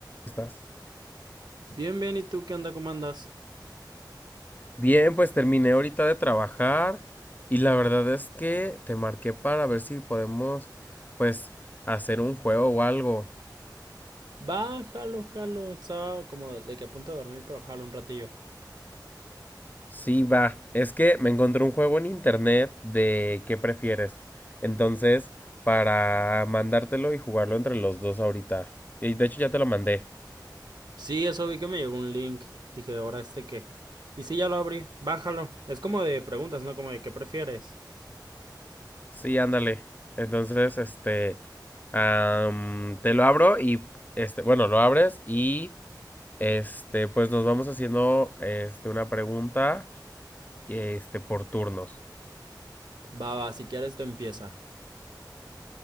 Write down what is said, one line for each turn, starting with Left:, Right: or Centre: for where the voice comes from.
Left: estás?
Right: Bien, bien, ¿y tú qué onda? ¿Cómo andas?
Left: Bien, pues terminé ahorita de trabajar y la verdad es que te marqué para ver si podemos, pues, hacer un juego o algo.
Right: Va, jalo, jalo. Estaba como de que a punto de dormir, pero jalo un ratillo.
Left: Sí, va. Es que me encontré un juego en internet de qué prefieres. Entonces, para mandártelo y jugarlo entre los dos ahorita. Y de hecho ya te lo mandé.
Right: Sí, eso vi que me llegó un link. Dije, ¿ahora este qué? Y sí, ya lo abrí. Bájalo. Es como de preguntas, ¿no? Como de ¿qué prefieres?
Left: Sí, ándale. Entonces, este, am, te lo abro y, este, bueno, lo abres y Este, pues nos vamos haciendo este, una pregunta este, por turnos.
Right: Va, va, si quieres tú empieza.